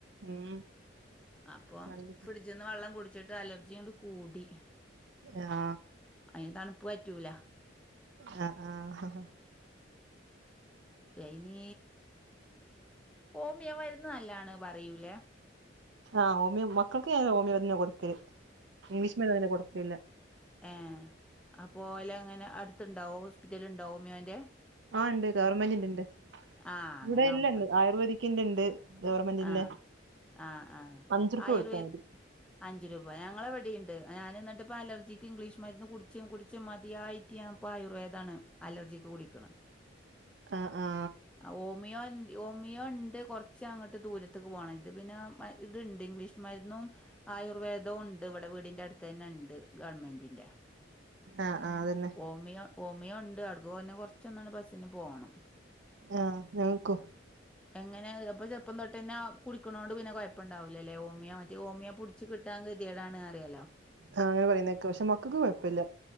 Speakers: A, on the right; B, in the centre.
A: ഉം
B: അപ്പം
A: നല്ല
B: ഫ്രിഡ്ജിന്നു വെള്ളം കുടിച്ചിട്ട് അലർജി ഇങ്ങട്ട് കൂടി
A: ആ
B: അയിന് തണുപ്പ് പറ്റൂല
A: ആ ആ
B: ഐന് ഹോമിയോ മരുന്ന് നല്ലാണ് പറയൂലേ
A: ആഹോമിയോ മക്കൾക്ക് ഞ ഹോമിയോന്നെ കൊടുക്കല് ഇംഗ്ലീഷ് മരുന്ന് അങ്ങനെ കൊടുക്കലില്ല
B: ഏ അപ്പോലെ അങ്ങനെ അടുത്തുണ്ടാവോ ഹോസ്പിറ്റല ഉണ്ടാവോ ഹോമിയോന്റെ
A: ആ ഉണ്ട് ഗവൺമെന്റിന്റെ ഉണ്ട്
B: ആഹ്
A: ഇവിടെ
B: അങ്ങനെ
A: ഇല്ല
B: ആവുമ്പോ
A: ഉണ്ട്
B: പറ്റും
A: ആയുർവേദിക്കിന്റെ ഉണ്ട് ഗവർമെന്റിന്റെ
B: ആഹ് ആഹ് ആഹ്
A: അഞ്ച് റുപ്യാ
B: ആയുർവേ
A: കൊടുത്താൽ മതി
B: അഞ്ച് രൂപ ഞങ്ങളെ ഇവിടെയുണ്ട് ഞാൻ എന്നിട്ട്പ്പോ അലർജിക്ക് ഇംഗ്ലീഷ് മരുന്ന് കുടിച്ച് കുടിച്ചും മതിയായിട് ഞാൻ ഇപ്പ ആയുർവേദാ ണ് അലർജിക്ക് കുടിക്കണ
A: ആ ആ
B: ഹോമിയോ ഹോമിയോ ഉണ്ട് കുറച്ച് പക്ഷെ അങ്ങോട്ട് ദൂരത്തക്ക് പോകണ ഇത് പിന്നെ ഇത്ണ്ട് ഇംഗ്ലീഷ്മാര്ന്നും ആയുർവേദവും ഉണ്ട് ഇ ഇവിടെ വീടിന്റെറ അടുത്ത് തന്നെ ഉണ്ട് ഗവൺമെന്റിന്റെ
A: ആ ആ അതന്നെ
B: ഹോമിയോ ഹോമിയോ ഉണ്ട് അടക്ക്ഞ്ഞെ കൊറച്ചൊന്നാണ്ട് ബസ്സിന് പോകണം
A: ആ ഞങ്ങക്കും
B: എങ്ങനെ ഇപ്പൊ ചെറപ്പം തൊട്ട തന്നെ കുടി ക്കണതോണ്ട് പിന്നെ കുഴപ്പുണ്ടാവില്ലല്ലേ ഹോമിയ മറ്റ ഹോമിയ പുടി ച്ച് കിട്ടാൻ കെതിയടാണ് അറിയാലോ
A: ആഹ് അങ്ങനെ പറയുന്നക്കാ പക്ഷെ മക്കക്ക് കൊഴപ്പല്ല